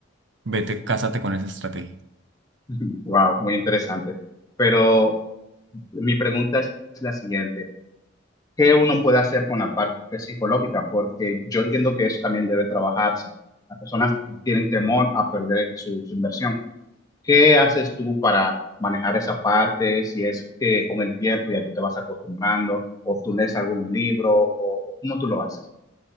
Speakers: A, on the right; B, on the left.
A: vete, cásate con esa estrategia.
B: <laughs> Wow, muy interesante. Pero mi pregunta es la siguiente. ¿Qué uno puede hacer con la parte psicológica? Porque yo entiendo que eso también debe trabajarse. Las personas tienen temor a perder su, su inversión. ¿Qué haces tú para manejar esa parte? Si es que con el tiempo ya tú te vas acostumbrando o tú lees algún libro o o cómo tú lo haces.